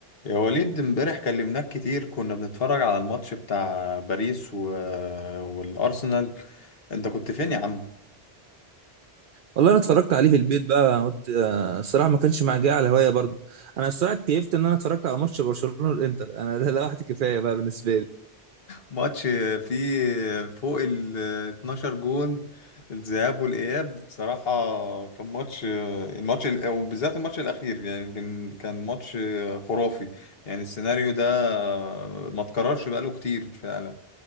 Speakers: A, on the left; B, on the right.
A: يا وليد امبارح كلمناك كتير كنا بنتفرج على الماتش بتاع باريس و... والأرسنال انت كنت فين يا عم
B: والله انا اتفرجت عليه في البيت بقى قلت آه، الصراحه ما كانش معايا على هوايه برضه انا الصراحه اتكيفت ان انا اتفرجت على ماتش برشلونه الانتر انا ده لوحدي كفايه بقى بالنسبه لي
A: ماتش فيه فوق ال 12 جون الذهاب والإياب بصراحة كان ماتش الماتش ال- وبالذات الماتش الأخير يعني كان كان ماتش خرافي يعني السيناريو ده ما اتكررش بقاله كتير فعلا